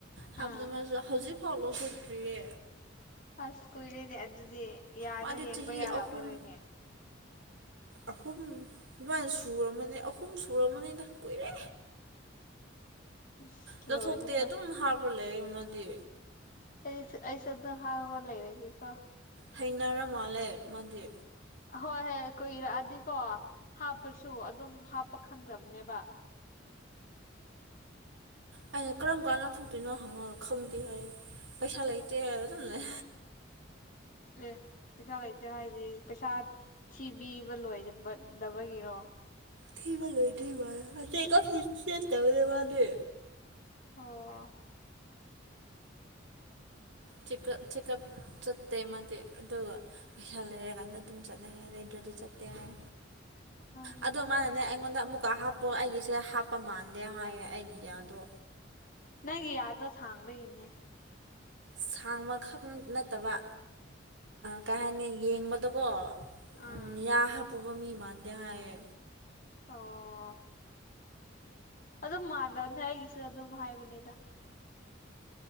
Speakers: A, on the right; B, on the left.
A: ꯍꯥꯞꯂꯥ
B: ꯑꯥ
A: ꯃꯁꯨ ꯍꯧꯖꯤꯛꯐꯥꯎ ꯂꯧꯊꯣꯛꯇ꯭ꯔꯤꯌꯦ
B: ꯑꯁ ꯀꯨꯏꯔꯤꯅꯦ ꯑꯗꯨꯗꯤ ꯌꯥꯗꯣ
A: ꯃꯥꯗꯤ
B: ꯌꯦꯡꯕ
A: ꯆꯍꯤ
B: ꯌꯥꯔꯝꯃꯔꯣꯏꯅꯦ
A: ꯑꯍꯨꯝ ꯑꯍꯨꯝ ꯑꯗꯨꯃꯥꯏꯅ ꯁꯔꯕꯅꯤ ꯑꯍꯨꯝ ꯁꯨꯔꯔꯕꯅꯤꯗ ꯀꯨꯏꯔꯦ
B: ꯑꯁ
A: ꯂꯧꯊꯣꯛꯇꯦ
B: ꯂꯣꯏꯔꯦꯗ
A: ꯑꯗꯨꯝ ꯍꯥꯞꯄ ꯂꯩꯌꯦ ꯃꯗꯤ
B: ꯑꯩ ꯑꯩꯁꯨ ꯑꯗꯨꯝ ꯍꯥꯞꯄ ꯂꯩꯔꯒꯦꯀꯣ
A: ꯍꯩꯅꯔ ꯃꯥꯜꯂꯦ ꯃꯥꯗꯤ
B: ꯑꯍꯣꯏ ꯍꯣꯏ ꯀꯨꯏꯔꯛꯑꯗꯤꯀꯣ ꯍꯥꯞꯄꯁꯨ ꯑꯗꯨꯝ ꯍꯥꯞꯄ ꯈꯪꯗꯕꯅꯦꯕ
A: ꯑꯩꯅ ꯀꯔꯝ ꯀꯥꯟ ꯂꯧꯥꯎꯊꯣꯛꯇꯣꯏꯅꯣ ꯍꯪꯉꯒ ꯈꯪꯗꯦ ꯍꯥꯏ ꯄꯩꯁꯥ ꯂꯩꯇꯦ ꯍꯥꯏꯔꯒ ꯑꯗꯨꯝ ꯂꯩ
B: ꯑꯦ ꯄꯩꯁꯥ ꯂꯩꯇꯦ ꯍꯥꯏꯗꯤ ꯄꯩꯁꯥ ꯊꯤꯕꯤꯕ ꯂꯣꯏꯗꯕꯒꯤꯔꯣ
A: ꯊꯕ ꯂꯧꯏꯗ꯭ꯔꯤ ꯃꯥꯜꯂꯦ <unintelligible> ꯃꯥꯗꯤ
B: ꯑꯣ
A: ꯆꯤꯀꯞ ꯆꯤꯀꯞ ꯆꯠꯇꯦ ꯃꯥꯗꯤꯗꯕ ꯑꯗꯨꯒ ꯄꯩꯁꯥ ꯂꯩꯔꯀꯥꯟꯗ ꯑꯗꯨꯝ ꯆꯠꯂꯦ ꯂꯩꯗ꯭ꯔꯗꯤ ꯆꯠꯇꯦ ꯍꯥꯏ
B: ꯎꯝ
A: ꯑꯗꯨ ꯃꯥꯅꯅꯦ ꯑꯩꯉꯣꯟꯗ ꯑꯃꯨꯛꯀ ꯍꯥꯞꯄꯨ ꯑꯩꯒꯤꯁꯦ ꯍꯥꯞꯄ ꯃꯥꯟꯗꯦ ꯍꯥꯏꯌꯦ ꯑꯩꯒꯤ ꯌꯥꯗꯣ
B: ꯅꯪꯒꯤ ꯌꯥꯗꯣ ꯁꯥꯡꯕꯒꯤꯅꯦ
A: ꯁꯥꯡꯕꯈꯛ ꯅꯠꯇꯕ ꯀꯩ ꯍꯥꯏꯅꯤ ꯌꯦꯡꯕꯗꯀꯣ
B: ꯑꯥ
A: ꯎꯝ ꯌꯥ ꯍꯥꯞꯄꯨꯕ ꯃꯤ ꯃꯥꯟꯗꯦ ꯍꯥꯏꯦ
B: ꯑꯣ ꯑꯗꯨꯝ ꯃꯥꯟꯗ꯭ꯔꯅꯦ ꯑꯩꯒꯤꯁꯨ ꯑꯗꯨꯝ ꯍꯥꯏꯕꯅꯤꯗ